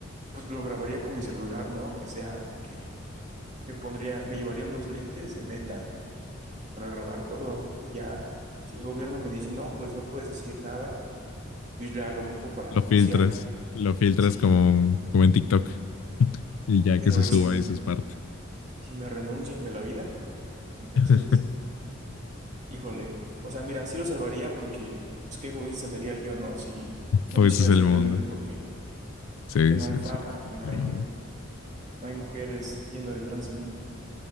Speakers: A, on the right; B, on the left.
A: pues lo grabaría con mi celular, ¿no? Que sea, porque me pondría, me llevaría unos lentes de Meta para grabar todo. Y ya, si el gobierno me dice, no, pues no puedes decir nada, pues ya lo ocupo para
B: Lo
A: negociar.
B: filtras, lo filtras
A: Sí,
B: como, como en TikTok. <laughs> Y ya
A: pero
B: que se suba,
A: ¿y si,
B: eso es parte.
A: si me renuncian de la vida? Entonces...
B: <laughs>
A: Híjole, o sea, mira, sí lo salvaría porque, pues qué egoísta sería yo, ¿no? Si no
B: Pues
A: lo hiciera
B: ese es el
A: simplemente
B: mundo.
A: porque,
B: Sí,
A: porque no
B: sí,
A: hay fama
B: sí. efectivamente.
A: y no hay, no hay mujeres yendo detrás de mí.